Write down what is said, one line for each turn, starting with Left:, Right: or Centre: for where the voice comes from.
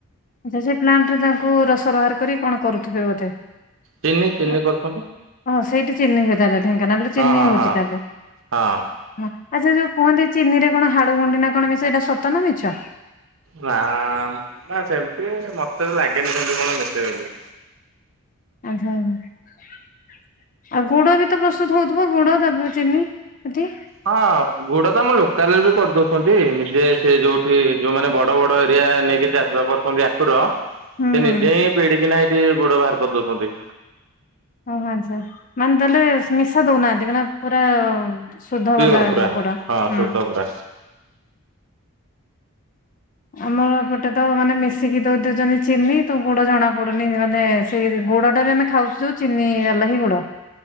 Left: ଆଚ୍ଛା ସେ ପ୍ଲାଣ୍ଟରେ ତାଙ୍କୁ ରସ ବାହାର କରି କଣ କରୁଥିବେ ବୋଧେ।
Right: ଚିନି ଚିନି
Left: ହଁ
Right: କରୁଛନ୍ତି
Left: ସେଇଠି ଚିନି ହୁଏ ତାହେଲେ ଢ଼େଙ୍କାନାଳରେ
Right: ହଁ
Left: ଚିନି
Right: ହଁ
Left: ହଉଚି
Right: ହଁ
Left: ତାହେଲେ।
Right: ହଁ।
Left: ହଁ ଆଚ୍ଛା ଯୋଉ କୁହନ୍ତି ଚିନିରେ କଣ ହାଡଗୁଣ୍ଡି ନା କଣ ମିଶେ ଏଇଟା ସତ ନା ମିଛ?
Right: ନା ଆ ଆ ଆ ମ୍ ନା ସେମତି ମତେ ଲାଗେନି ସେମତି କଣ ମିଶେ ବୋଲି।
Left: <unintelligible> ଆଉ ଗୁଡ଼ ବି ତ ପ୍ରସ୍ତୁତ୍ ହଉଥୁବ ଗୁଡ଼ ତାପରେ ଚିନି ହେଠି?
Right: ହଁ ଗୁଡ଼ ତ ଆମ ଲୋକାଲରେ ବି କରିଦଉଛନ୍ତି ନିଜେ ସେ ଯୋଉଠି ଯୋଉମାନେ ବଡ଼ ବଡ଼ ଏରିଆ ନେଇକି ଚାଷ କରୁଚନ୍ତି ଆଖୁର ସେ
Left: ହୁଁ ହୁଁ।
Right: ନିଜେ ହିଁ ବିଡ଼ିକିନା ହେଇଠି ଗୁଡ଼ ବାହାର କରିଦଉଚନ୍ତି।
Left: ଓହୋ ଆଁଚ୍ଛା ମାନେ ତାହାଲେ ମିଶା ଦଉନାହାନ୍ତି ମାନେ ପୁରା ଅ ଅ ଶୁଦ୍ଧ
Right: ପିଓର
Left: ବାଲା
Right: ପୁରା
Left: ଗ ଗୁଡ଼ ହୁଁ।
Right: ହଁ ଶୁଦ୍ଧ ପୁରା
Left: ଆମର ଏପଟେ ତ ମାନେ ମିଶିକି ଦ ଦଉଛନ୍ତି ଚିନି ତ ଗୁଡ ଜଣାପଡୁନି ମାନେ ସେଇ ଗୁଡଟା ବି ଆମେ ଖାଉଛୁ ଯୋଉ ଚିନି ହେଲା ହି ଗୁଡ।